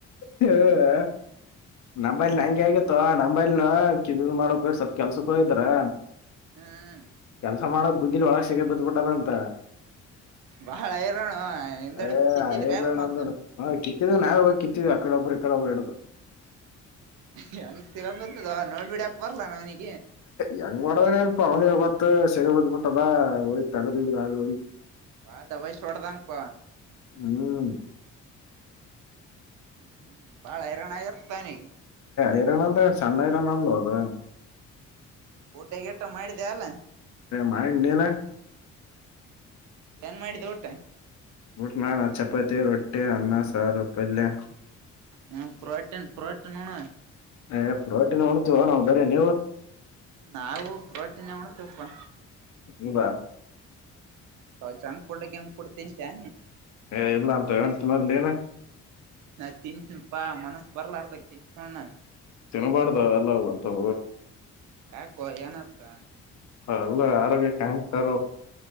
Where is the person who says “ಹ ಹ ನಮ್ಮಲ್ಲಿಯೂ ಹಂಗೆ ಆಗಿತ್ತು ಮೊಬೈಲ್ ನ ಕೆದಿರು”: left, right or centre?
Left